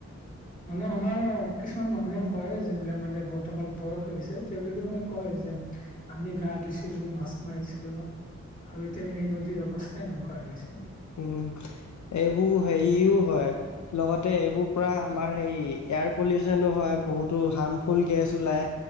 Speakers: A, on the left; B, on the left.
A: মানে আমাৰ কিছুমান মানুহে কয় যোনবিলাক মানে বৰ্তমান বয়স হৈ গৈছে তেওঁলোকে মানে কয় যে আমি গা ধুইছিলো মাছ মাৰিছিলো আৰু এতিয়া সেই নদীৰ অৱস্থা এনেকোৱা হৈ গৈছে
B: উ এইবোৰ হেৰিও হয় লগতে এইবোৰ পৰা আমাৰ হেৰি এয়াৰ পলিউচনো হয় বহুতো হাৰ্মফুল গেছ ওলায়